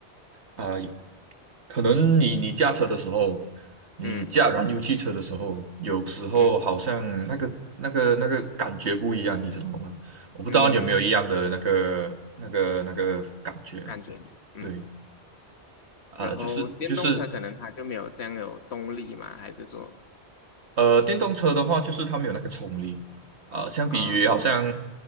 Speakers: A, on the right (about 80°); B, on the left (about 75°).
A: 啊、可能你你驾车的时候，你驾燃油汽车的时候，
B: 嗯
A: 有时候好像那个那个那个感觉不一样，
B: 嗯
A: 你知道吗？我不知道你有没有一样的那个那个那个感觉。
B: 嗯，感觉嗯，
A: 对，啊、
B: 然后电动车可能它就没有这样有动力嘛，
A: 就是就是
B: 还是说
A: 呃，电动车的话，就是它没有那个冲力啊、相比于好像
B: 啊